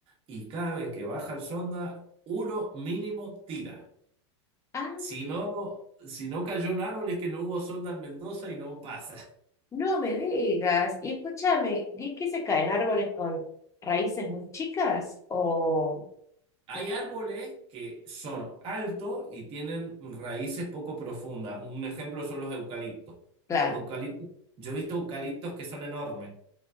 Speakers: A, on the right; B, on the left.
A: y cada vez que baja el sonda, uno mínimo tira.
B: Ah,
A: Si no, si no cayó un árbol es que no hubo sonda en Mendoza y no pasa.
B: no me digas. Y escúchame, ¿y qué se caen árboles con raíces muy chicas? O,
A: <laughs> Hay
B: o-
A: árboles que son altos y tienen raíces poco profundas. Un ejemplo son los eucaliptos.
B: claro.
A: Los eucaliptos, yo he visto eucaliptos que son enormes,